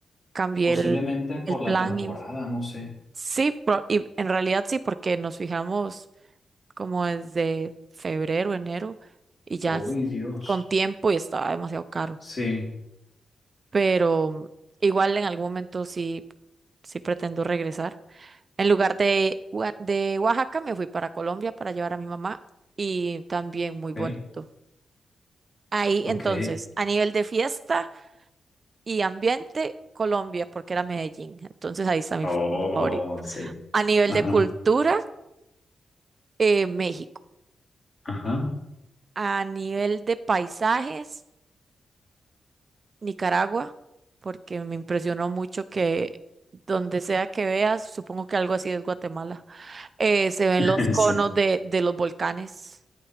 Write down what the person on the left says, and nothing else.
Posiblemente
por
la
temporada,
no sé.
¡Ay,
Dios!
Sí,
ok,
ok.
Oh,
sí.
Ajá,
ajá.
<laughs>
Sí.